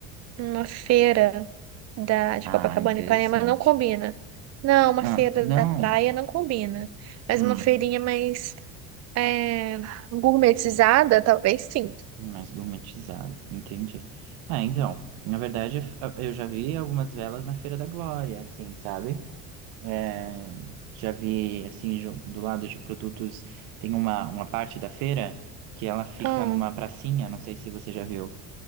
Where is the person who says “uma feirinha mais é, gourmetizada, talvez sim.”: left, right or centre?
Right